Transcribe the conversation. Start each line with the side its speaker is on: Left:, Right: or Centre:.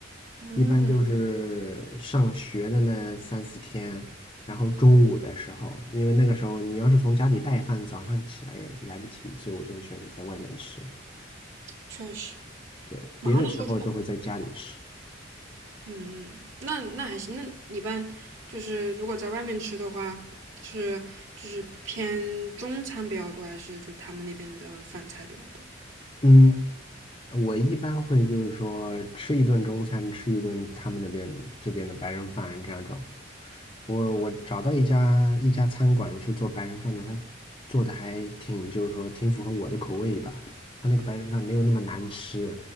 Right: 嗯，
Left: 一般就是上学的那三四天，然后中午的时候，因为那个时候你要是从家里带饭，早上起来也来不及，所以我就会选择在外面吃。
Right: 确实，
Left: 对，
Right: 忙的时候。
Left: 别的时候都会在家里吃。
Right: 就。嗯，那那还行。那你一般就是如果在外面吃的话，是就是偏中餐比较多，还是就他们那边的饭菜比较多？
Left: 嗯，我一般会就是说吃一顿中餐，吃一顿他们那边这边的白人饭这样种。我我找到一家一家餐馆是做白人饭的，他做的还挺就是说挺符合我的口味吧。他那个白人饭没有那么难吃，